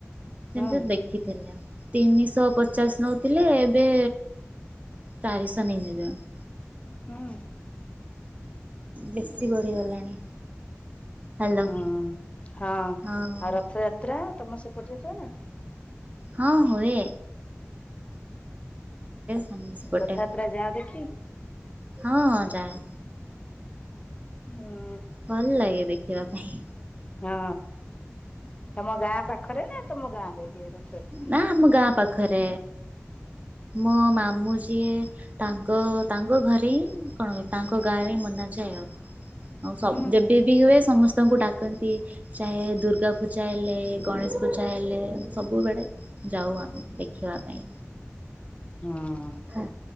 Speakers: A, on the right (about 30°); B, on the left (about 25°).
A: ସେମିତି
B: ହୁଁ।
A: ଦେଖିଥିଲେ, ତିନିଶହ ପଚାଶ
B: ହୁଁ
A: ନ ଥିଲେ ଏବେ ଚାରିଶ ନେଇଯିବେନି।
B: ଉଁ
A: ବେଶୀ
B: ଉଁ।
A: ବଢ଼ିଗଲାଣି ହ୍ୟାଲୋ
B: ହୁଁ। ହଁ,
A: ହଁ
B: ଆଉ ରଥଯାତ୍ରା ତମ ସେପଟରେ ହୁଏନା?
A: ହଁ ହୋଏ। ସେପଟେ
B: ରଥଯାତ୍ରା ଯାଅ ଦେଖି?
A: ହଁ ହଁ ଯାଏ।
B: ହୁଁ।
A: ଭଲ ଲାଗେ ଦେଖିବା ପାଇଁ।
B: ହଁ। ତମ ଗାଁ ପାଖରେ ନା ତମ ଗାଁରେ ହୁଏ ରଥଯାତ୍ରା?
A: ନା ଆମ ଗାଁ ପାଖରେ। ମୋ ମାମୁଁ ଯିଏ ତାଙ୍କ ତାଙ୍କ ଘରେ ହିଁ କଣ ହୁଏ, ତାଙ୍କ ଗାଁରେ ହିଁ ମନା ଯାଏ ଆଉ। ଆଉ ସ
B: ହଁ
A: ଯେବେବି ହୁଏ ସମସ୍ତଙ୍କୁ ଡାକନ୍ତି। ଯାଏ, ଦୁର୍ଗା ପୂଜା ହେଲେ ଗଣେଶ ପୂଜା ହେଲେ ସବୁ ବେଳେ ଯାଉ ଆମେ ଦେଖିବା ପାଇଁ।
B: ହୁଁ।
A: ହଁ